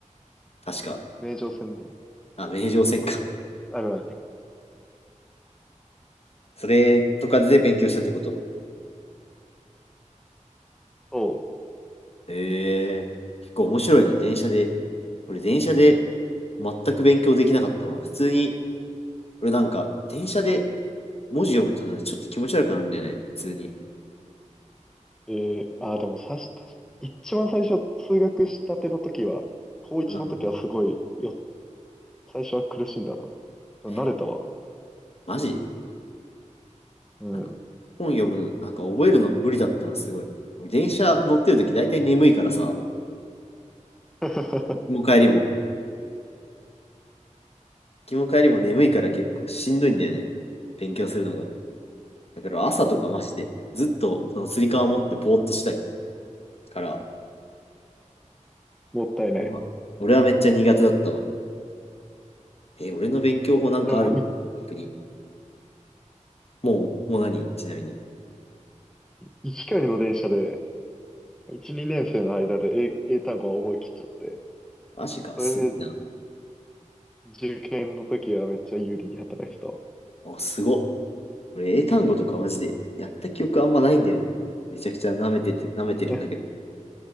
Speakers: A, on the left; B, in the centre.
A: 確か。
B: 名城線ね。
A: あ、名城線か。
B: あるある。
A: それとかで勉強したってこと。
B: そ
A: ええ結構面白いね、電車で。俺、電車で全く勉強できなかったわ。普通に、俺なんか、電車で文字読むとなんかちょっと気持ち悪くなるんだよね、普通に。
B: う。えー、あー、でもさし、確かに一番最初通学したての時は、高1の時はすごいよ
A: うん。
B: 最初は苦しんだな。でも慣れたわ。
A: え、マジ
B: うん。
A: なんか、本読むの、なんか覚えるの無理だったな、すごい。俺電車乗ってるとき大体眠いからさ、
B: <laughs>
A: 行きも帰りも。行きも帰りも眠いから結構しんどいんだよね、勉強するのが。だから朝とかマジで、
B: うん
A: ずっとそのつり革持ってぼーっとしたいから、
B: もったいない。
A: 俺は俺はめっちゃ苦手だったわ。えー俺の勉強法なんかあるかな逆に。
B: 俺もい、
A: もう、もう何ちなみに。
B: 1回の電車で、1、2年生の間で英、英単語は覚えきっちゃって、
A: マジか、
B: それで
A: すごいな。
B: 受験の時はめっちゃ有利に働いてたわ。
A: あ、すごっ。俺、英単語とかマジでやった記憶あんまないんだよね。めちゃくちゃ舐めてて、舐めてるんだけど。
B: <laughs> え